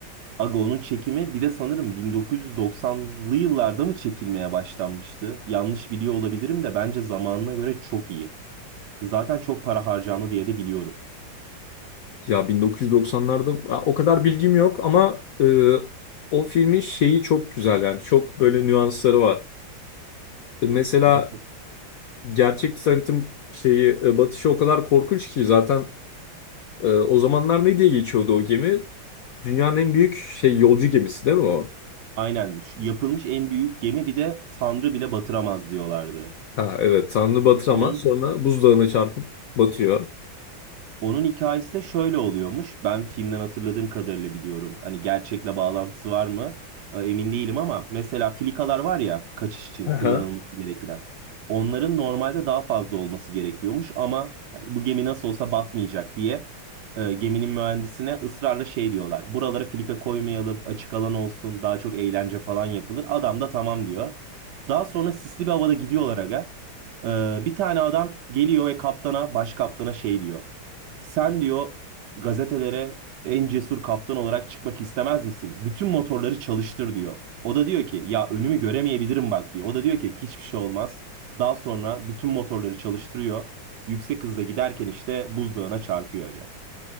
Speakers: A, on the right; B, on the left.
A: Aga onun çekimi bir de sanırım 1990'lı yıllarda mı çekilmeye başlanmıştı? Yanlış biliyor olabilirim de bence zamanına göre çok iyi. Zaten çok para harcandı diye de biliyorum.
B: Ya 1990'larda a- o kadar bilgim yok ama e, o filmin şeyi çok güzel yani çok böyle nüansları var. Mesela
A: Mesela-
B: gerçek sanatın şeyi e, batışı o kadar korkunç ki zaten e, o zamanlar ne diye geçiyordu o gemi? Dünyanın en büyük şey yolcu gemisi değil mi o?
A: Aynen. Şu Yapılmış en büyük gemi bir de Tanrı bile batıramaz diyorlardı.
B: Ha evet Tanrı batır
A: Onun
B: ama sonra buzdağına çarpıp batıyor.
A: Onun hikayesi de şöyle oluyormuş. Ben filmden hatırladığım kadarıyla biliyorum. Hani gerçekle bağlantısı var mı? E, Emin değilim ama mesela filikalar var ya kaçış için
B: Aha.
A: kullanılması gereken. Onların normalde daha fazla olması gerekiyormuş ama hani bu gemi nasıl olsa batmayacak diye e, geminin mühendisine ısrarla şey diyorlar. Buralara filika koymayalım, açık alan olsun, daha çok eğlence falan yapılır. Adam da tamam diyor. Daha sonra sisli bir havada gidiyorlar aga. E, bir tane adam geliyor ve kaptana, baş kaptana şey diyor. Sen diyor gazetelere en cesur kaptan olarak çıkmak istemez misin? Bütün motorları çalıştır diyor. O da diyor ki ya önümü göremeyebilirim bak diyor. O da diyor ki hiçbir şey olmaz. Daha sonra bütün motorları çalıştırıyor. Yüksek hızla giderken işte buzdağına çarpıyor aga.